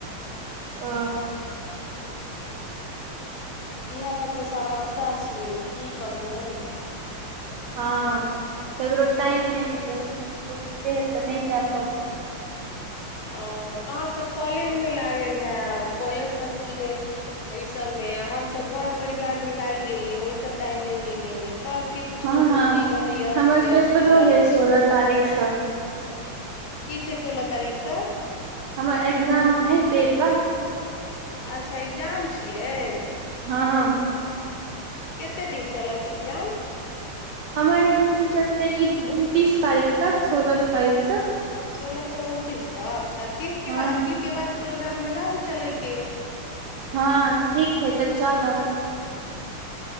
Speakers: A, on the right (about 70°); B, on the left (about 60°).
A: ओ
B: इहै सब तऽ समस्या छियै की कहियै
A: हँ ककरो टाइम नहि मिलै हइ ककरो मिले ह तऽ नहि जा पबै
B: ओ अहाँसभ कॉलेजमे लागल हैब कॉलेजसभमे एहिसभमे हमसभ घर परिवारमे लागि गेली ओहिसँ टाइम नहि मिलै हइ सभ के कुछ
A: हँ
B: ने कुछ जीवन व्यस्त
A: हमर
B: व्यस्त
A: पेपरो
B: चलै
A: है सोलह
B: छै
A: तारीख सँ
B: की छै सोलह तारीख सँ
A: हमर एग्जाम नै पेपर
B: अच्छा एग्जाम छियै
A: हँ
B: कते दिन चलत एकग्जाम
A: हमर एक्जाम चलतेै इ उनतीस तारीख तक सोलह तारीख से
B: सोलह सए उनतीस तक तऽ तीस के
A: हँ
B: तीस के बाद प्रोग्राम बनाउ चलैके
A: हँ ठीक हइ तऽ चलब